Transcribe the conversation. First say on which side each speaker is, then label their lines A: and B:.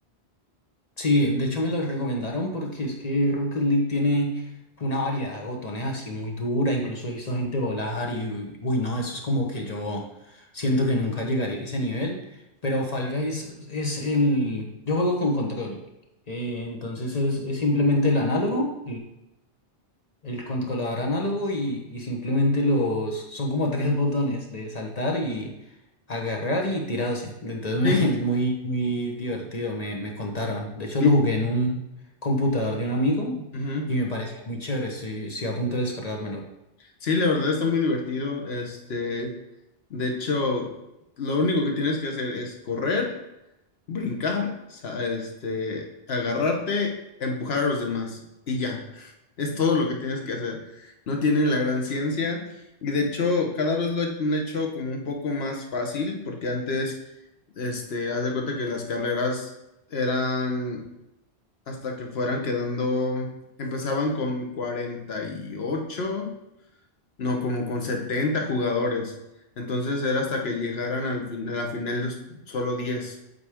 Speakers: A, on the left; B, on the left.
A: Sí, de hecho me lo recomendaron porque es que Rocket League tiene una variedad de botones así muy dura, incluso he visto gente volar y uy, uy, no, eso es como que yo siento que nunca llegaría a ese nivel, pero Fall Guys es el, yo juego con control, eh, entonces es, es simplemente el análogo, el controlador análogo y, y simplemente los... Son como tres <laughs> botones de saltar y agarrar y tirarse. Entonces
B: Sí,
A: <laughs> es muy, muy divertido, me, me contaron. De hecho
B: li-
A: lo jugué en un computador de un amigo
B: ujú.
A: y me parecía muy chévere. Estoy, estoy a punto de descargármelo.
B: Sí, la verdad está muy divertido. Este, de hecho, lo único que tienes que hacer es correr brincar, sa- este, agarrarte, empujar a los demás y ya. Es todo lo que tienes que hacer. No tienen la gran ciencia y de hecho cada vez lo han hecho como un poco más fácil porque antes, este, haz de cuenta que las carreras eran hasta que fueran quedando, empezaban con 48, no, como con 70 jugadores. Entonces era hasta que llegaran al fin- a la final los- solo 10.